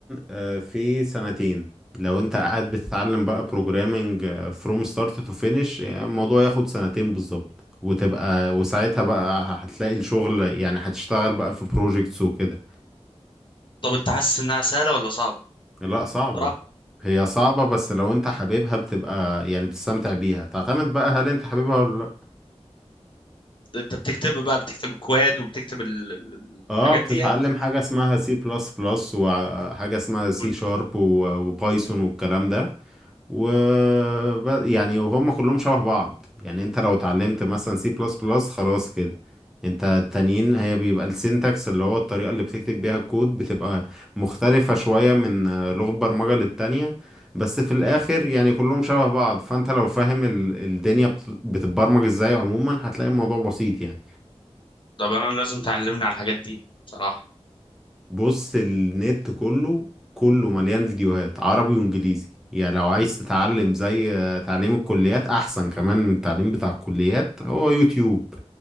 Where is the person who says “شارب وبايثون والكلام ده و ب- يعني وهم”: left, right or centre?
Centre